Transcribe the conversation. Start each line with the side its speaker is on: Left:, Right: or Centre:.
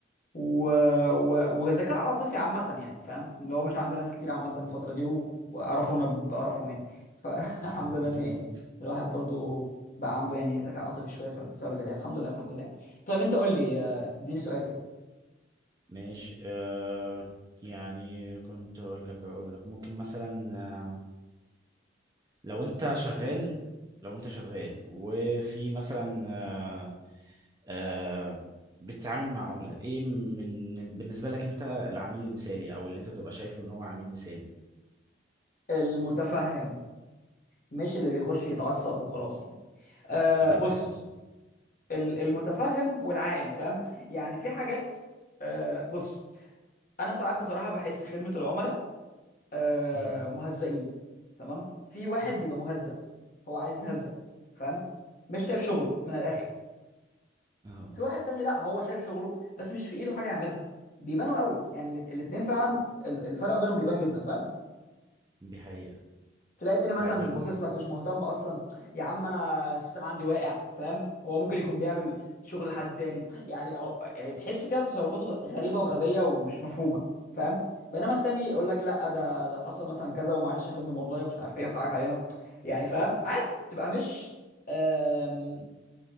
Left: و... و... وذكاء عاطفي عامة يعني فاهم اللي هو مش عند ناس كتير عامة الفترة دي و... وقرفونا بقرفهم يعني فالحمد
Right: <laughs>
Left: <laughs> لله ان ايه الواحد برضو بقى عنده يعني ذكاء عاطفي شوية ف- بسبب القراية الحمد لله الحمد لله طيب انت قول لي آه، اديني سؤال كده
Right: ماشي أه يعني كنت أقول لك أقول لك ممكن مثلا آه، لو انت شغال لو انت شغال وفي مثلا آه، آه، بتتعامل مع عملاء ايه من بالنسبة لك انت العميل المثالي او اللي انت تبقى شايفه ان هو عميل مثالي
Left: المتفهم مش اللي بيخش يتعصب وخلاص يعني أه
Right: اجابة
Left: بص
Right: حلوة
Left: ال- المتفهم والعاقل فاهم يعني في حاجات أه بص انا ساعات بصراحة بحس خدمة العملاء آه،
Right: مهم.
Left: مهزئين تمام في واحد بيبقى مهزأ هو عايز يتهزأ فاهم مش شايف شغله من الاخر
Right: اهو
Left: في واحد تاني لا هو شايف شغله بس مش في ايده حاجه يعملها بيبانوا قوي يعني الات- الاتنين فعلا ال- الفرق ما بينهم بيبان جدا فاهم
Right: دي حقيقة
Left: تلاقي التاني مثلا
Right: يعني
Left: مش باصص لك مش مهتم اصلا يا عم انا السيستم عندي واقع فاهم هو ممكن يكون بيعمل شغل لحد تاني يعني هو يعني تحس كده تصرفاته غريبه وغبيه ومش مفهومه فاهم بينما التاني يقول لك لا ده ده حصل مثلا كذا ومعلش يا فندم والله مش عارف ايه وحقك علينا يعني فاهم عادي تبقى مش آم،